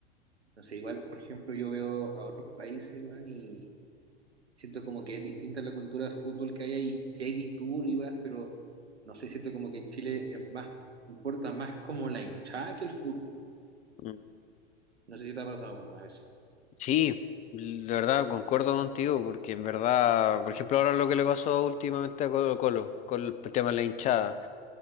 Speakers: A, on the right; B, on the left.
A: No sé, igual, por ejemplo, yo veo a otros países, weón, y siento como que es distinta la cultura de fútbol que hay ahí. Sí hay disturbios, y pero no sé, siento como que en Chile es más, importa más como la hinchada que el fútbol, weón.
B: Mm.
A: No sé si te ha pasado, weón, a veces.
B: Sí, de verdad, concuerdo contigo, porque en verdad, por ejemplo, ahora lo que le pasó últimamente a Colo Colo, con el tema de la hinchada.